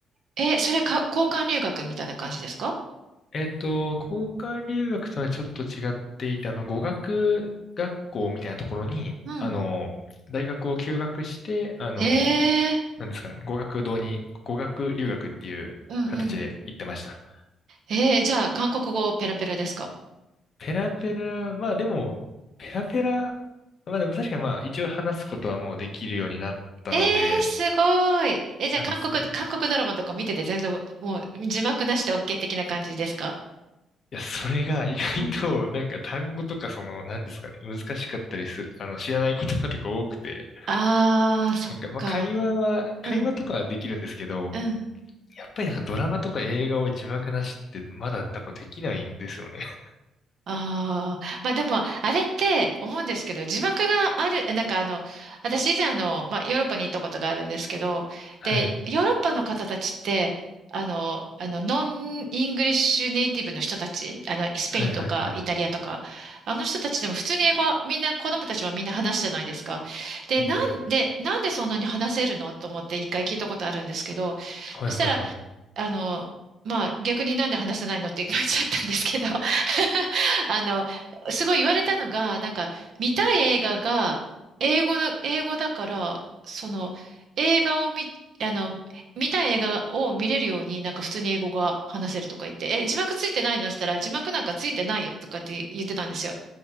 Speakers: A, on the right; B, on the left.
A: え、それか、交換留学みたいな感じですか
B: えっと、交換留学とはちょっと違っていて、あの、語学学校みたいなところに、
A: うん、
B: あの、大学を休学して、あの、
A: えー、
B: なんですかね、語学堂に、語学留学っていう形で行ってました。
A: うん、うん。えー、じゃあ、韓国語ペラペラですか
B: ペラペラ、まあでも、ペラペラ、まあでも確かにまあ一応話すことはもうできるようになったので、
A: えー、すごい。え、じゃあ、
B: なんですかね。
A: 韓国、韓国ドラマとか見てて全然、もう、字幕なしで OK 的な感じですか
B: いや、それが <laughs> 意外と、
A: うん
B: なんか単語とかその、なんですかね、難しかったりす、あの、知らない言葉とか多くて、
A: あー、そっか。
B: なんかまあ会話は、会話とかはできるんですけど、
A: うんうん
B: やっぱりなんかドラマとか映画を字幕なしってまだなんかできないんですよね。<laughs>
A: ああ、まあでも、あれって思うんですけど、字幕がある、なんかあの、私以前あの、まあヨーロッパに行ったことがあるんですけど、
B: はい。
A: で、ヨーロッパの方たちって、あの、あの、ノンイングリッシュネイティブの人たち、あの、スペインとかイタリアとか、
B: はいはいはい。
A: あの人たちでも普通に英語はみんな、子供たちはみんな話すじゃないですか。で、
B: うんうん。
A: なんで、なんでそんなに話せるのと思って一回聞いたことあるんですけど、
B: はいはいはい。
A: そしたら、あの、まあ逆になんで話せないのって感じだちゃったんですけど <laughs> あの、すごい言われたのが、なんか、見たい映画が、英語の、英語だから、その、映画を見、あの、見たい映画を見れるように、なんか普通に英語が話せるとか言って、え、字幕ついてないのしたら、字幕なんかついてないよとかって言ってたんですよ。